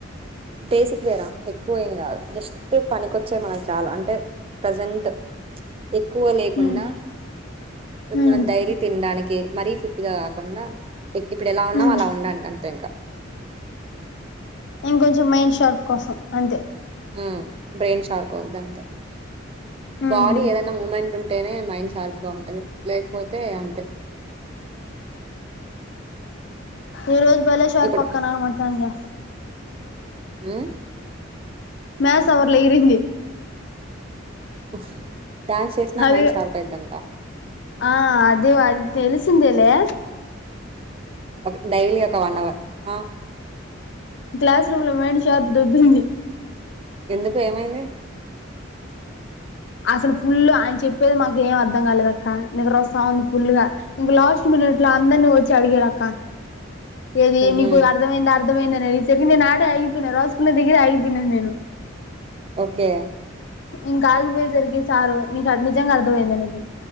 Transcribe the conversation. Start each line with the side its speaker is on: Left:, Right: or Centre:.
Right: బేసిక్ వేరా ఎక్కువ ఏం కాదు జస్ట్ పనికొచ్చేవి మనకు చాలా అంటే ప్రజెంట్ ప్చ్. ఎక్కువ లేకుండా
Left: ఉమ్
Right: ఇప్పు
Left: ఉమ్
Right: మనం డైలీ తిండాని కే మరీ ఫిట్ గా కాకుండా ఇప్ ఇప్పుడు ఎలా ఉన్నావు
Left: ఉమ్
Right: అలా ఉండడానికి అంతే ఇంకా,
Left: ఇంకొంచెం మైండ్ షార్ప్ కోసం అంతే
Right: మ్మ్ బ్రెయిన్ షార్ప్ అవుద్ది అంతే,
Left: ఉమ్
Right: బాడీ ఏదనా మూమెంట్ ఉంటేనే మైండ్ షార్ప్గా ఉంటది లేకపోతే అంతే,
Left: ఈరోజ్ బళష్ర్
Right: ఇప్పుడు
Left: పక్కన మతానగా
Right: హు
Left: మస్వర్లే ఇంది
Right: వఫ డ్యాన్స్ చేసినా
Left: అది
Right: మైండ్ షార్ప్ అయిందంట
Left: ఆ అదే అదిది ఎలిసిందేలే
Right: ఒక డైలీ ఒక వన్ అవర్ ఆ
Left: క్లాస్ రూమ్ లో మేడి చార్ దుబ్బింది
Right: ఎందుకు ఏమైంది
Left: అసలు ఫుల్ ఆయన చెప్పేది మాకు ఏం అర్ధం కాలేదుక్క నిద్ర వస్తా ఉంది ఫుల్ గా ఇంక లాస్ట్ మినిట్లు అందరినీ వచ్చి అడిగాడుక్క ఏది నీకు
Right: ఉమ్
Left: అర్థంమైందా అర్థమైందంది న ఈరికి నేను ఆడే అగిపోయినాను రాసుకున్న దగ్గర ఆయిగిపోయినాను నేను
Right: ఓకే
Left: ఇంకా ఆగిపోయే జరిగే సారు నీకు నిజంగా అర్థమైందిను